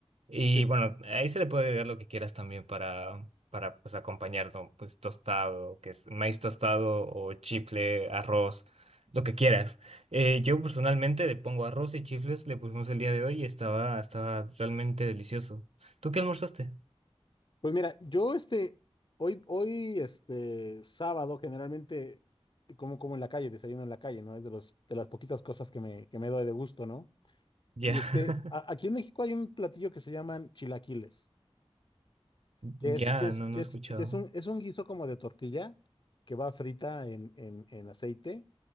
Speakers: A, on the right; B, on the left.
A: Y
B: sí.
A: bueno, ahí se le puede agregar lo que quieras también para, para pues, acompañar, ¿no? Pues tostado, que es maíz tostado o chifle, arroz, lo que quieras. Eh, yo personalmente le pongo arroz y chifles, le pusimos el día de hoy y estaba, estaba realmente delicioso. ¿Tú qué almorzaste?
B: Pues mira, yo este, hoy, hoy, este, sábado, generalmente, como, como en la calle, desayuno en la calle, ¿no? Es de los, de las poquitas cosas que me, que me doy de gusto, ¿no?
A: Ya,
B: Y este,
A: <laughs>
B: a- aquí en México hay un platillo que se llaman chilaquiles, que
A: ya,
B: es, que es,
A: no, no
B: que
A: he
B: es,
A: escuchado.
B: que es un, es un guiso como de tortilla que va frita en, en, en aceite